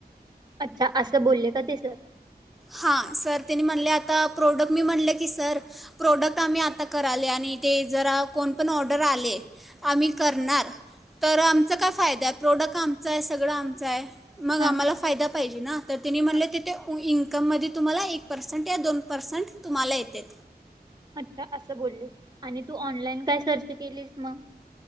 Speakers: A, on the right (about 25°); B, in the centre.
A: अच्छा असं बोलले का ते सर
B: हां सर तने म्हणले आता प्रोडक्ट मी म्हणलं की सर प्रोडक्ट आम्ही आता कराले आणि ते जरा कोण पण ऑर्डर आले आम्ही करणार तर आमचा काय फायदा आहे प्रोडक्ट आमचा आहे सगळं आमचं आहे मग
A: हां.
B: आम्हाला फायदा पाहिजे ना तर त्यनी म्हणालेत
A: हां.
B: ते इकम मध्ये तुम्हाला एक पर्सेंट या दोन पर्सेंट तुम्हाला येतेत
A: अछ असं बोलले आणि तू ऑनलाईन काय सर्च केलीस मग